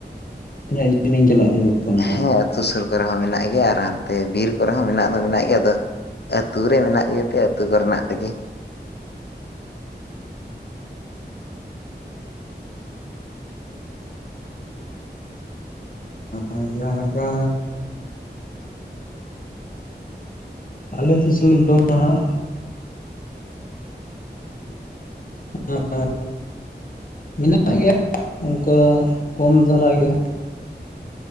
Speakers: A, on the left; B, on the left.
A: ᱛᱤᱱᱟᱹᱜ ᱡᱤᱞᱤᱧ ᱪᱟᱞᱟᱜ ᱡᱟᱹᱨᱩᱲ᱾ ᱠᱟᱱᱟ ᱱᱟᱦᱟᱜ
B: ᱦᱮᱸ ᱟᱹᱛᱩ ᱥᱩᱨ ᱠᱚᱨᱮ ᱦᱚᱸ ᱢᱮᱱᱟᱜ ᱜᱮᱭᱟ ᱟᱨ ᱦᱟᱱᱛᱮ ᱵᱤᱨ ᱠᱚᱨᱮ ᱦᱚᱸ ᱢᱮᱱᱟᱜ ᱫᱚ ᱢᱮᱱᱟᱜ ᱜᱮᱭᱟ ᱟᱫᱚ᱾ ᱟᱹᱛᱩ ᱨᱮ ᱢᱮᱱᱟᱜ ᱜᱮᱛᱮ ᱟᱹᱛᱩ ᱠᱚᱨᱮᱱᱟᱜ ᱛᱮᱜᱮ᱾
A: ᱟᱨ ᱡᱟᱦᱟᱸ ᱞᱮᱠᱟ᱾ ᱟᱞᱮ ᱫᱤᱥᱚᱢ ᱫᱚ ᱦᱟᱜ᱾ <unintelligible> ᱢᱮᱱᱟᱜ ᱜᱮᱭᱟ ᱚᱝᱠᱟ ᱠᱚᱢ ᱫᱷᱟᱨᱟ ᱜᱮ᱾